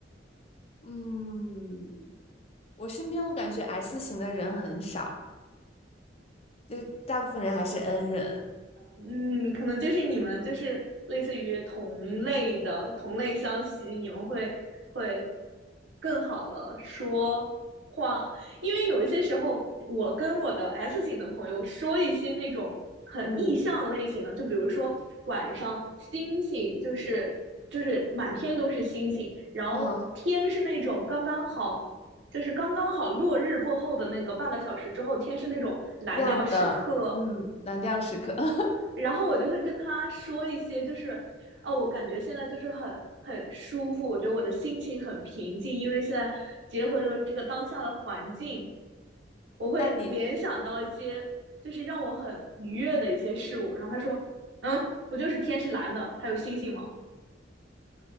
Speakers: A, on the left; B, on the right.
A: 嗯，我身边我感觉 S 型的人很少，就是大部分人还是 N 人，
B: 嗯，可能就是你们就是类似于同类的同类消息，你们会会更好的说话，因为有一些时候，我跟我的 S 型的朋友说一些那种很意象类型的，
A: 嗯
B: 就比如说晚上星星就是就是满天都是星星，然后天是那种刚刚好。
A: 哦，
B: 就是刚刚好落日过后的那个半个小时之后，天是那种蓝调时刻，
A: 亮的，嗯，蓝调时刻，<laughs>
B: 然后我就会跟他说一些，就是啊，我感觉现在就是很很舒服，我觉得我的心情很平静，因为现在结合着这个当下的环境，我会联想到一些就是让我很愉悦的一些事物。
A: 那你
B: 然后他说，嗯，不就是天是蓝的，还有星星吗？